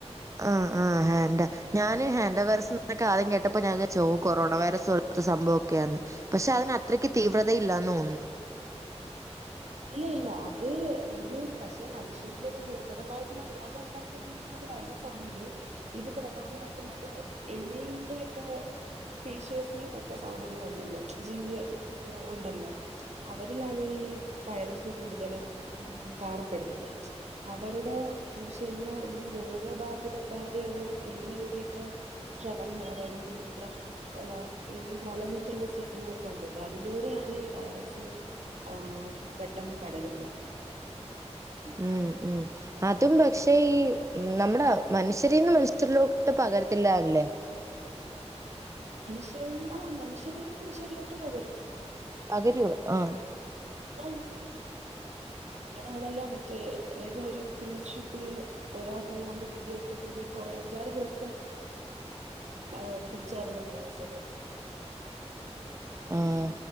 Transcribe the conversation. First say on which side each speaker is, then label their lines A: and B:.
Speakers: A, on the right; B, on the right.
A: ആ ആ ഹേൻഡാ ഞാനും ഹേൻ് വൈറസ്ക്കെ ആദ്യം കേട്ടപ്പോ ഞാൻ ചാരിച്ചു കൊറോണ വൈറസ് സംഭവംക്കെയന്ന് പക്ഷെ അതിന് അത്രക്ക് തീവ്രത ഇല്ലാന്ന് തോന്നുന്നു
B: ഇല്ല ഇല്ല അത് ഒരു പക്ഷെ മനുഷ്യരിൽ ഒരു ഗുരുതരമായിട്ടുള്ള രോഗം ഉണ്ടാക്കാ വൈറസ് ആണ ഇത് ഇത് പ്രധാനമായിട്ടും മറ്റേ എലി യുടെ ഒക്കെ സ്പീഷ്യസിൽ പെട്ട സാധനങ്ങളണ്ടല്ലോ ജീവി ഉണ്ടല്ലോ അവരിലാണ് ഈ ഈ വൈറസ് കൂടുതലും കാണപ്പെടുന്നത് അവരുടെന്ന് വച്ച കഴിഞ്ഞാൽ ഈ രോഗബാധിത ബാധയുള്ള എലികളുടെ ടെയൊക്കെ ശ്രവങ്ങൾ അതായത് മൂത്രം ഹ ഈ മലമൂത്ര വിസർജനം ഒക്കെ ഉണ്ടല്ലോ അതിലൂടെയാണ് ഈ വൈറസ് ആഹ പെട്ടെന്ന് പടരുന്നത്
A: ഉം ഉം അതും പക്ഷെ നമ്മുടെ മനുഷ്യരിൽന്ന് മനുഷ്യരിലോട്ട് പകര തില്ല അല്ലെ
B: മനുഷ്യർ ആ മനുഷ്യരിൽ നിന്ന് മനുഷ്യരിലോട്ടും പകരും
A: പകരുവ് ആഹ
B: ആ അങ്ങനെയാണല്ലോ മറ്റേ ഏതോ ഒരു കൃഷി ഒരാക്കാണ്ട് പിടിട്ട് പിന്നെ കൊറ അഞ്ചാറ് പേർക്ക് അങ്ങനെ ഏ പിടിച്ചായിരുന്നല്ലോ അസുഖം
A: ആഹ